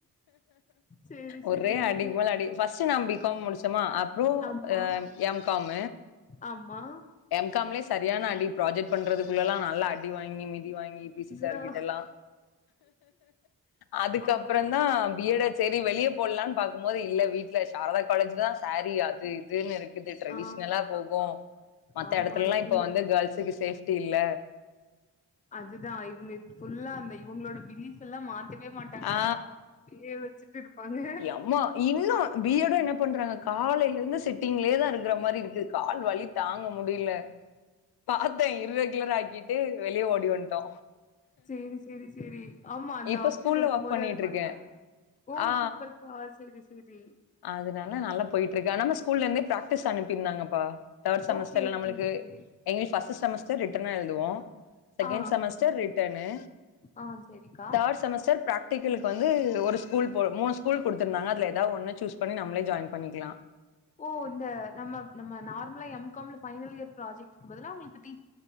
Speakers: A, on the left; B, on the left.
A: சேரி
B: ஒரே
A: சேரி சேரி
B: அடிக்கு மேல அடி பஸ்ட் நம் பிகம் முடிச்சோமா ப்ரோ
A: ஆமா
B: எம் காம்
A: ஆமா
B: எம் காம்லயே சரியான அடி ப்ராஜெக்ட் பண்றதுக்குள்ள எல்லா நல்லா அடி வாங்கி மிதி வாங்கி பிடி
A: இதுதா
B: சார் கிட்ட எல்லா அதுக்கப்புற
A: ஆமா
B: தா பியட சரி வெளியே போடலான்னு பாக்கும்போது இல்ல வீட்டுல சாரதா காலேஜ்லதா சாரி அது இதுன்னு இருக்கு டிரெடிஷனலா
A: ஆ
B: போகும் மத்த
A: ஆமா
B: இடத்துல எல்லா
A: இவுங்க
B: இப்ப வந்து கேள்சுக்கு சேப்டி இல்ல
A: அதுதா இவங்க புல்லா அந்த இவங்களோட பிலிஸ் எல்லா மாத்தவே மாட்டாங்க
B: ஆ
A: அத நம் அப்டியே வச்சுட்டு இருப்பாங்க
B: எம்மா இன்னும் பிஎட என்ன பண்றாங்க காலையில இருந்து சிட்டிங்லயே தான் இருக்கிற மாதிரி இருக்கு கால் வழி தாங்க முடியல பாத்தே இர்ரெகுலர் ஆக்கிட்டு வெளியே ஓடி வந்துட்டோ
A: சரி சரி சரி ஆமா அந்த
B: இப்ப
A: ஆப்ஷன்
B: ஸ்கூல்ல
A: இருக்கும்
B: ஒர்க்
A: போது
B: பண்ணிட்டு
A: அது
B: இருக்கேன்
A: பண்ணலாம்ல ஓ
B: ஆ
A: சூப்பர் க சரி சரி
B: அதனால நல்லா போயிட்டு இருக்கா நம் ஸ்கூல்ல இருந்தந்து பிராக்டிஸ் அனுப்பிருந்தாங்கப்பா தேர்ட் செமஸ்டர்ல
A: ஓகே ஓகே
B: நம்மளுக்கு
A: ஓகே
B: எங்களுக்கு பஸ்ட் செமஸ்டர் ரிட்டர்னா எழுதுவோ செகண்ட்
A: ஆ
B: செமஸ்டர் ரிட்டனு
A: ஆ சேரிக்கா
B: தேர்ட் செமஸ்டர் பிர்க்டிகலு வந்து ஒரு ஸ்கூல் போ மூணுஸ்கூல் குடுத்திருந்தாங்க அது ஏதாவது ஒன்னு சூஸ் பண்ணி நம்மளே ஜாயின் பண்ணிக்கலாம்
A: ஓ இந்த நம்ம நம்ம நார்மலா எம் எம் காம் ல பைனல் இர் ப்ராஜக்ட்க்கு பதில உங்களுக்கு டி